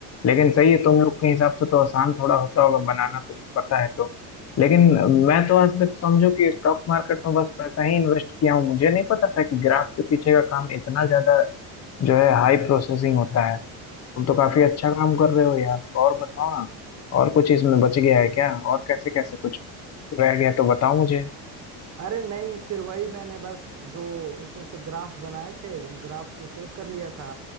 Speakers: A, on the left; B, on the right.
A: लेकिन सही है तुम लोग के हिसाब से तो आसान थोड़ा होता होगा बनाना तुम्हें पता है तो लेकिन मैं तो आज तक समझो कि स्टॉक मार्केट में बस पैसा ही इन्वेस्ट किया हूँ मुझे नहीं पता था कि ग्राफ के पीछे का काम इतना ज्यादा जो है हाई प्रोसेसिंग होता है तुम तो काफी अच्छा काम कर रहे हो यार और बताओ ना और कुछ इसमें बच गया है क्या और कैसे कैसे कुछ रह गया तो बताओ मुझे
B: अरे नहीं फिर वही मैंने बस जो उसमें से ग्राफ बनाए थे उन ग्राफ्स को सेव कर लिया था